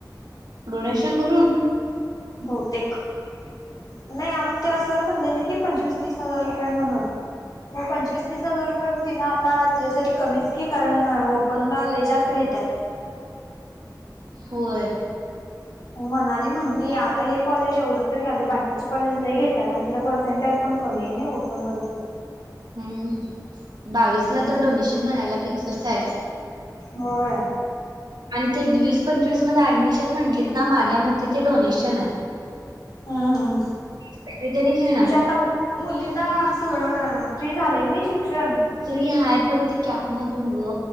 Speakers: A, on the right (about 75°); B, on the left (about 60°).
A: डोनेशन भरून?
B: बहुतेक. नाही आम्हाला तेव्हा सर म्हणलेलं की पंचवीस तीस हजार रुपये म्हणून. मग पंचवीस तीस हजार रुपये तिला आता. तीज्यासाठी कमीच की कारण ओपन लाय जास्त घेतात.
A: होय.
B: मनाली म्हणली आता हे कॉलेज एवढं तर घ्याले बाकीचे कॉलेज लय घेतात आणि तिला पर्सेंटेज पण कमी नाही ओपन मधून.
A: हम्म बावीस
B: म्हणून.
A: ला तर डोनेशन भरायला फिक्सच हाय.
B: होय.
A: आणि ते वीस पंचवीस मध्ये ऍडमिशन म्हणलीत ना माझ्या मते ते डोनेशन आहे.
B: हम्मम्मम्
A: आहे त्यांनी घेणार
B: म्हणजे आता मुलींना सगळं फ्री झालंय नी शिक्षण.
A: फ्री हाय पण ते कॅप मधून ग